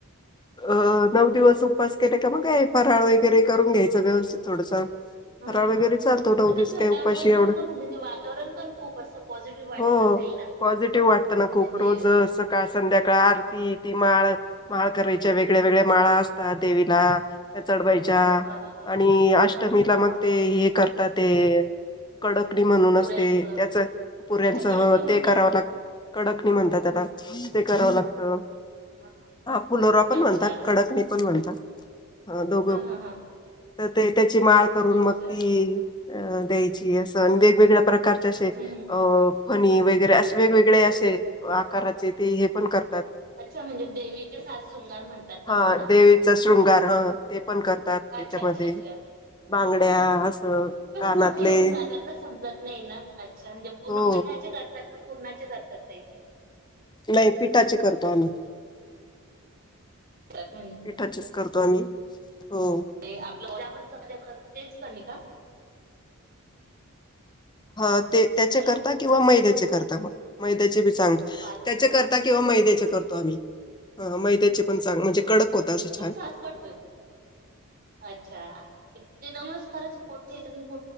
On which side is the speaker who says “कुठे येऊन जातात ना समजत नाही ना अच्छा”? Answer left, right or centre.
Right